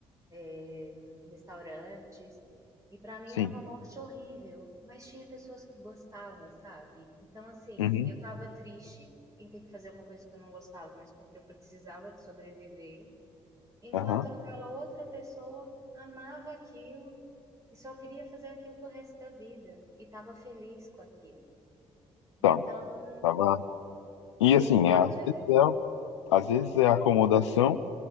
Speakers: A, on the right (about 20°); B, on the left (about 80°).
A: eh, restaurantes, e para mim
B: sim.
A: era uma morte horrível, mas tinha pessoas que gostavam, sabe? Então assim,
B: Uhum,
A: eu estava triste em ter que fazer uma coisa que eu não gostava, mas porque eu precisava de sobreviver. Enquanto
B: aham.
A: aquela outra pessoa amava aquilo e só queria fazer aquilo pro resto da vida e estava feliz com aquilo. Então,
B: Tá, tá bom. E
A: a
B: assim,
A: felicidade
B: é, às
A: é
B: vezes é, às vezes é acomodação.